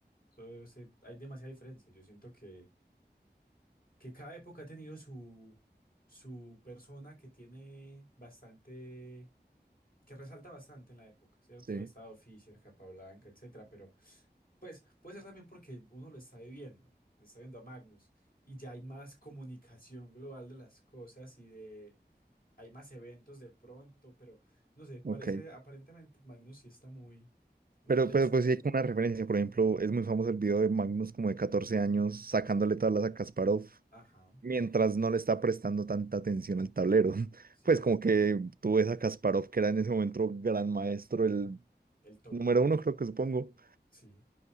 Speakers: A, on the left; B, on the right.
A: So, ese- hay demasiada diferencia. Yo siento que que cada época ha tenido su, su persona que tiene bastante, que resalta bastante en la época, ¿cierto?
B: Sí.
A: Ha estado Fisher, Capablanca, etcétera, pero pues puede ser también porque uno lo está viviendo, lo está viendo a Magnus, y ya hay más comunicación global de las cosas y de, hay más eventos de pronto, pero no sé, parece,
B: Ok.
A: aparentemente Magnus sí está muy, muy
B: Pero,
A: por encima.
B: pero pues sí hay como una referencia. Por ejemplo, es muy famoso el video de Magnus como de 14 años sacándole tablas a Kasparov
A: Ajá,
B: mientras no le está prestando tanta atención al tablero. <laughs>
A: sí,
B: Pues como que tú ves a Kasparov que era en ese momento gran maestro, el
A: el top
B: número
A: uno,
B: uno creo que supongo,
A: sí.